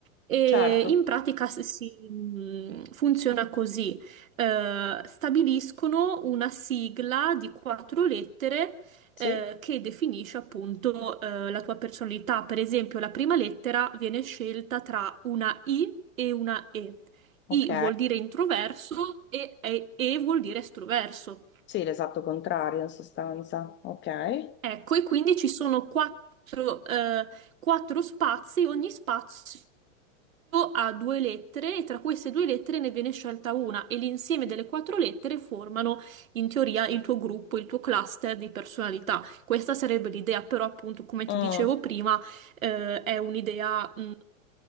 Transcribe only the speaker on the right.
E
in pratica si, si, mh, funziona così: Eh, stabiliscono una sigla di quattro lettere. eh,
che definisce appunto eh, la tua personalità. Per esempio, la prima lettera viene scelta tra una I e una E.
I vuol dire introverso e, e- e vuol dire estroverso.
Ecco, e quindi ci sono quattro, eh, quattro spazi, ogni spazio ha due lettere e tra queste due lettere ne viene scelta una e l'insieme delle quattro lettere formano in teoria il tuo gruppo, il tuo cluster di personalità. Questa sarebbe l'idea, però appunto, come
ti dicevo prima, eh, è un'idea mm,